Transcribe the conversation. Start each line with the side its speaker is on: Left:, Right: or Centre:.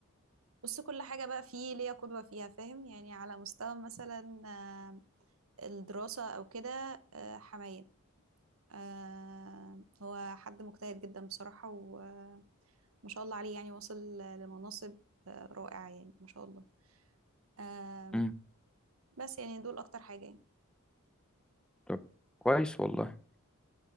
Right: بص كل حاجة بقى فيه ليا قدوة فيها فاهم يعني على مستوى مثلا آه الدراسة أو كده آه حماية آه هو حد مجتهد جدا بصراحة وما شاء الله عليه يعني وصل لمناصب آه، رائعة يعني ما شاء الله آه
Centre: مم.
Right: بس يعني دول أكتر حاجة يعني
Centre: طب كويس والله